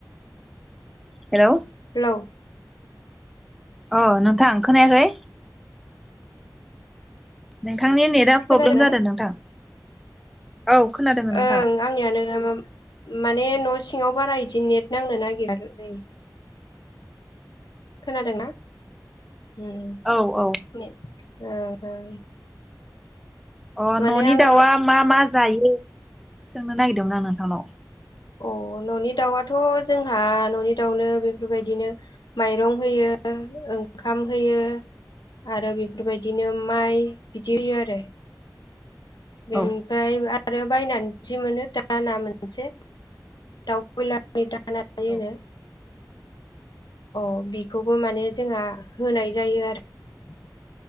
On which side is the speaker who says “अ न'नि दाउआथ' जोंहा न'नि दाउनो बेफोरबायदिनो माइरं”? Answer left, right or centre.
Left